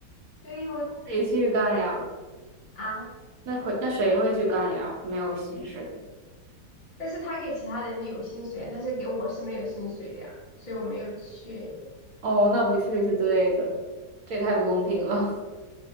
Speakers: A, on the left; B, on the right.
A: 对我
B: 谁去干呀？
A: 啊，
B: 那会那谁会去干呀？没有薪水
A: 但是他给其他人的有薪水，但是给我是没有薪水的呀，所以我没有去。
B: 哦，那不去是对的，这也太不公平了。